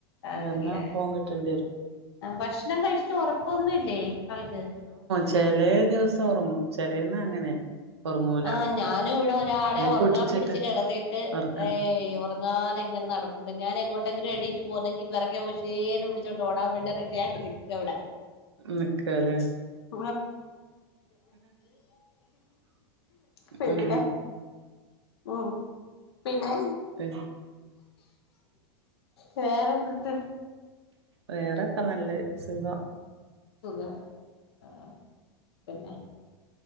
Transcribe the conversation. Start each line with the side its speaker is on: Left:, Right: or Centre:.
Left: ആണല്ലേ
Right: വന്നാ ഫോൺ കിട്ടേണ്ടി വരും
Left: ഭക്ഷണം കഴിച്ചട്ട് ഉറക്കൊന്നുംല്ലേ ആൾക്ക്
Right: ചേലെ ദിവസം ഉറങ്ങും ചേലെന്നാ അങ്ങനെ ഒറങ്ങൂല
Left: ആഹ് ഞാനും ഇവിടെ ഒരാളെ
Right: അല്ലെ
Left: ഉറങ്ങാൻ
Right: പുടിച്ചിട്ട്
Left: പിടിച്ച് കിടത്തിയിട്ട്
Right: ഒറക്കണ്
Left: ഹേയ് ഒറ ങ്ങാതെ ഇങ്ങനെ നടപ്പ്ണ്ട് ഞാനെങ്ങോട്ടെങ്കിലും എണീറ്റ് പോവുന്നെങ്കി പിറകെ ഉഷേന്ന് വിളി ച്ചോണ്ട് ഓടാൻ വേണ്ടി റെഡിയായ്ട്ട് നി എവടെ <inaudible>
Right: നിക്കല്ലേ
Left: പിന്നെ
Right: ഉം
Left: ഉം പിന്നെ
Right: പി
Left: വേറെ ന്ന്ട്ട്
Right: വേറൊക്കെ നല്ലത് സുഖം
Left: സുഖം ആ പിന്നെ